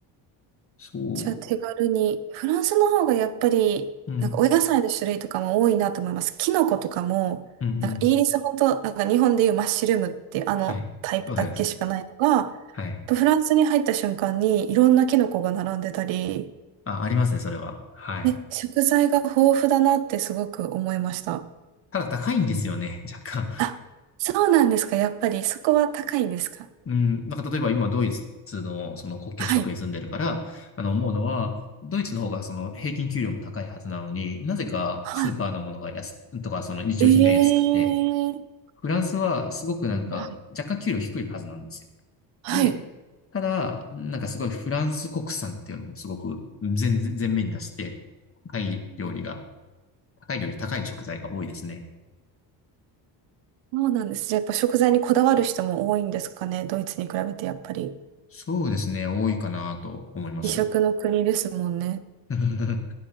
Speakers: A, on the left; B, on the right.
A: そ
B: じゃあ手軽に。フランスの方がやっぱり、
A: う、うん、
B: なんかお野菜の種類とかも多いなと思います。キノコとかも、
A: うん、うん。
B: なんかイギリス本当、なんか日本でいうマッシュルームっていうあのタイプだけしかないのが、
A: はい。わかります。はい。
B: フランスに入った瞬間にいろんなキノコが並んでたり、
A: あ、ありますね、それは。はい。
B: ね、食材が豊富だなってすごく思いました。
A: ただ高いんですよね、若干。
B: あ、そうなんですか。やっぱりそこは高いんですか。
A: うん。なんか例えば今、ドイツのその国境近くに住んでるから、
B: はい。
A: あの、思うのは、ドイツの方がその平均給料も高いはずなのに、なぜかスーパーのものが安、
B: は
A: とかその日用品が安くて、
B: い。ええー。
A: フランスはすごくなんか若干給料低いはずなんですよ。
B: はい。はい。
A: で、ただ、なんかすごいフランス国産っていうのもすごく全全面に出して、高い料理が、高い料理、高い食材が多いですね。
B: そうなんです。じゃあやっぱ食材にこだわる人も多いんですかね。ドイツに比べてやっぱり。
A: そうですね、多いかなと思います。
B: 美食の国ですもんね。
A: <laughs>